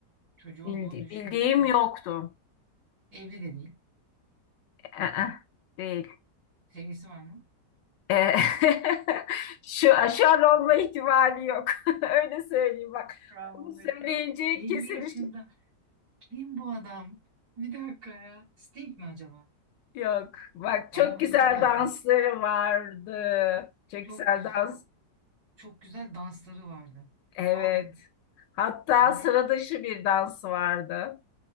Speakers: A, on the right; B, on the left.
A: çocuğu
B: Bildi-
A: olduğunu düşünüyorsun.
B: bildiğim yoktu.
A: Evli de değil.
B: Ee, değil.
A: Sevgisi var mı?
B: Ee, <laughs> şu aşar olma ihtimali yok. <laughs> Öyle söyleyeyim bak.
A: Bravo
B: Bunu
A: Meto.
B: söyleyince
A: elli
B: kesin
A: yaşında
B: bir şey
A: kim bu adam? Bir dakika ya. Sting mi acaba?
B: yok. Bak
A: Ama
B: çok
A: o
B: güzel
A: 50 zaten.
B: dansları vardı. Çok
A: Çok
B: güzel
A: güzel,
B: dans.
A: çok güzel dansları vardı.
B: Evet.
A: Allah'ım.
B: Hatta
A: Şimdi
B: sıra dışı bir dansı vardı.